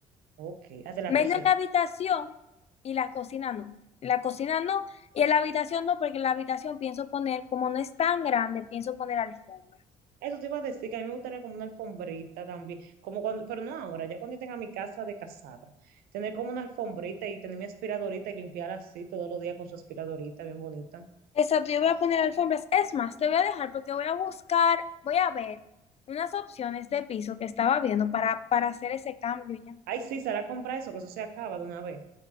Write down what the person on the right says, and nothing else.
Ok, hasta la
cocina.
Eso te iba a decir que a mí me gustaría como una alfombrita también, como cuando, pero no ahora, ya cuando yo tenga mi casa de casada, tener como una alfombrita y tener mi aspiradorita y limpiar así todos los días con su aspiradorita bien bonita.
Ay, sí, será comprar eso, que eso se acaba de una vez.